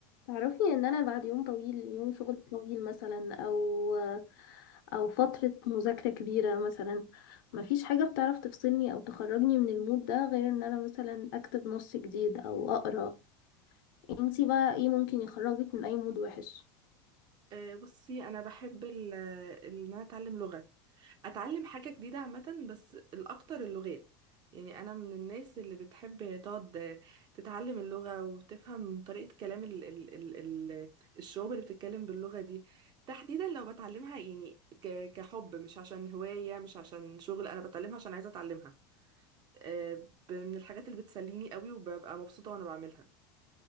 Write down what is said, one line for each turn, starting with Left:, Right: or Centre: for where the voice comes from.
Left: تعرفي ان انا بعد يوم طويل يوم شغل طويل مثلا او او فترة مذاكرة كبيرة مثلا مفيش حاجة بتعرف تفصلني او تخرجني من المود ده غير ان انا مثلا اكتب نص جديد او اقرا انتي بقى ايه ممكن يخرجك من اي مود وحش
Right: آه، بصي انا بحب ال- ان انا اتعلم لغه اتعلم حاجه جديده عامه بس الاكتر اللغات يعني انا من الناس اللي بتحب تقعد تتعلم اللغه وتفهم طريقه كلام ال ال ال ال الشعوب اللي بتتكلم باللغه دي تحديدا لو بتعلمها يعني ك- كحب مش عشان هوايه مش عشان شغل انا بتعلمها عشان عايزه اتعلمها آه، ب- من الحاجات اللي بتسليني قوي وببقى مبسوطه وانا بعملها